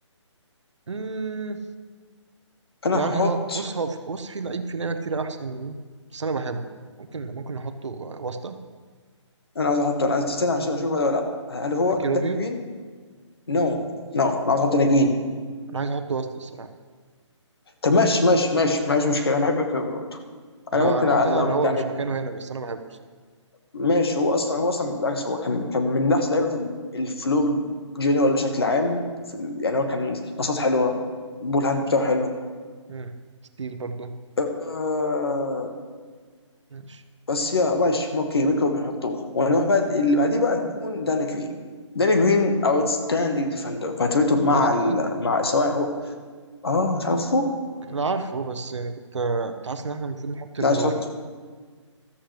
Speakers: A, on the right; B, on the left.
A: مم.
B: انا
A: يعني
B: هحط
A: هو بص هو بص في لعيب في لعيبة كتير أحسن منه بس أنا بحبه ممكن ممكن نحطه واسطة
B: انا عايز احطه انا عايز تستنى عشان اشوف ولا لا هل هو
A: ريكي روبيو
B: داني جرين؟ نو نو انا عايز احط داني جرين
A: انا عايز احطه وسط الصراحه
B: طب ماشي ماشي ماشي ماشي مشكله انا بحب كيربي
A: يعني
B: انا ممكن
A: هو- انا
B: أ-
A: مقتنع
B: لو
A: ان هو
B: يعني
A: مش مكانه هنا بس انا بحبه الصراحه
B: ماشي هو اصلا هو اصلا بالعكس هو كان كان من احسن لعيبه ال- الفلو جنرال بشكل عام في ال- يعني هو كان باصات حلوه بول هاند بتاعه حلو
A: امم ستيل برضه
B: آه
A: ماشي
B: بس يا ماشي اوكي بيكو بيحطوه ونروح بقى اللي بعديه بقى يكون داني جرين داني جرين اوتستاندينج ديفندر فترته مع
A: داني جرين
B: ال... مع سواء هو اه مش عارفه
A: لا عارفه بس يعني كنت كنت حاسس ان احنا المفروض نحط الروي
B: لا تحط